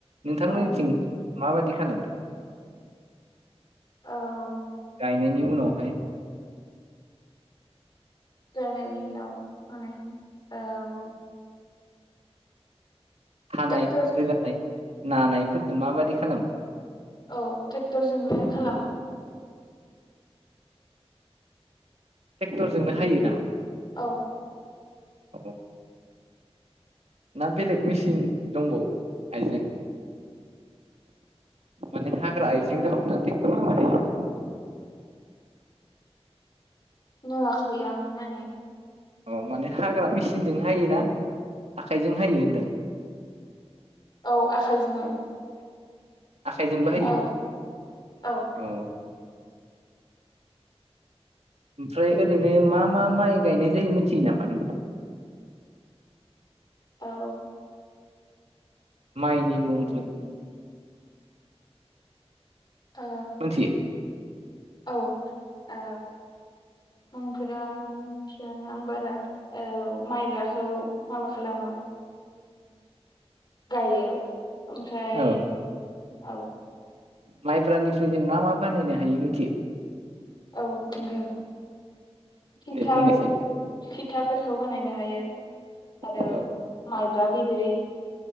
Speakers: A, on the right; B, on the left.
A: नोंथांमोननिथिं
B: औ
A: माबादि खालामो
B: औ
A: गायनायनि उनावहाय
B: गायनायनि उनाव माने औ
A: हानाय
B: ट्रेक्टर
A: रोगानाय नानायफोरखौ माबादि खालामो?
B: औ ट्रेक्टरजोंनो खालामो
A: टेक्टरजोंनो हायो नामा?
B: औ
A: औ ना बेलेग मेसिन दंबावो आइजें? माने हाग्रा आइजें
B: ओ
A: दं ना टेक्टरजोंनो हायो?
B: नुवाखै आं माने
A: अ माने हाग्रा मेसिनजों हायोना आखाइजों हायो होनदों
B: औ आखाइजोंनो
A: आखाइजोंबोहायो
B: औ औ
A: अ ओमफ्राय ओरैनो मा मा माइ गायनाय जायो मिथियो नामा नोंथां?
B: औ।
A: माइनि मुंफोर।
B: उम औ
A: मिथियो
B: औ औ। मुंफोरा मिथियानो आं बारा औ माइब्राखौ माबा खालामो। गायो ओमफ्राय
A: औ
B: औ।
A: माइब्रानिफ्राय जों मा मा बानायनो हायो मिथियो
B: औ नोंगो। फिथाफोर
A: दे बुंनायसाय
B: फिथाफोरखौ बानायनो हायो। आरो
A: ओ
B: माइब्रा बि दैै।